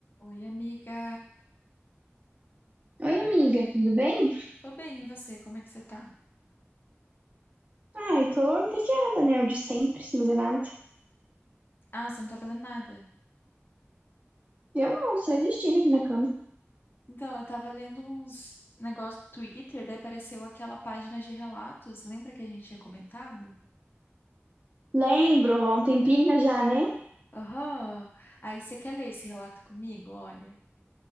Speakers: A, on the left; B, on the right.
A: Oi, amiga.
B: Oi, amiga, tudo bem?
A: Tô bem, e você? Como é que você tá?
B: Ai, tô entediada, né? O de sempre, sem fazer nada.
A: Ah, você não tá fazendo nada.
B: Eu não, só existindo aqui na cama.
A: Então, eu tava lendo uns negócios do Twitter, daí apareceu aquela página de relatos. Lembra que a gente tinha comentado?
B: Lembro, há um tempinho já, né?
A: Aham. Aí você quer ler esse relato comigo? Olha,